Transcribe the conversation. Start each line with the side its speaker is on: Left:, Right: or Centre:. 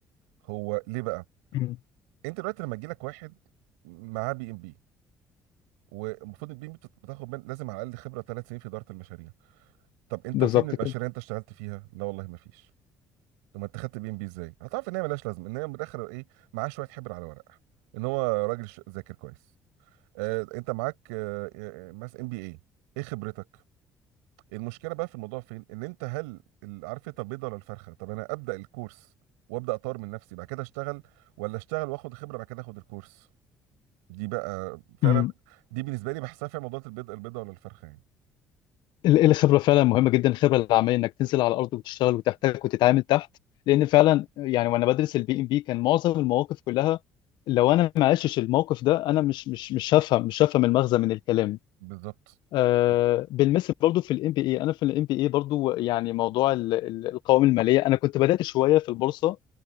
Right: هو ليه بقى
Left: مم.
Right: انت دلوقتي لما يجي لك واحد معاه بي ام بي والمفروض البي ام بت- بتاخد من لازم على الاقل خبره ثلاث سنين في اداره المشاريع طب انت
Left: بالظبط
Right: فين المشاريع اللي انت اشتغلت فيها لا والله ما فيش طب ما انت خدت بي ام بي ازاي هتعرف ان هي ملهاش لازمه ان هي من الاخر ايه معاه شويه حبر على ورقه ان هو راجل ش- ذاكر كويس آه انت معاك آه آه، مثلا ام بي اي ايه خبرتك المشكله بقى في الموضوع فين ان انت هل ال- عارف انت البيضه ولا الفرخه طب انا ابدا الكورس وابدا اطور من نفسي بعد كده اشتغل ولا اشتغل واخد خبره بعد كده اخد الكورس دي بقى فعلا
Left: كده
Right: دي بالنسبه لي بحسها فيها موضوع البيضه البيضه ولا الفرخه يعني
Left: ال- الخبرة فعلا مهمة جدا الخبرة العملية انك تنزل على الارض وتشتغل وتحتك وتتعامل تحت لان فعلا يعني وانا بدرس البي ام بي كان معظم المواقف كلها لو انا ما عشتش الموقف ده انا مش مش مش هفهم مش هفهم المغزى من الكلام
Right: بالظبط
Left: آه
Right: بالظبط.
Left: بالمثل برضو في الام بي اي انا في الام بي اي برضو يعني موضوع ال- ال- القوائم المالية انا كنت بدأت شوية في البورصة